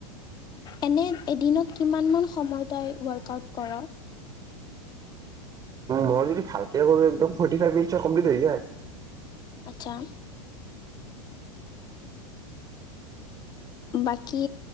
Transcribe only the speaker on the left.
এনে এদিনত কিমানমান সময় তই ৱৰ্কআউট ক'ৰ?
আচ্ছা বাকী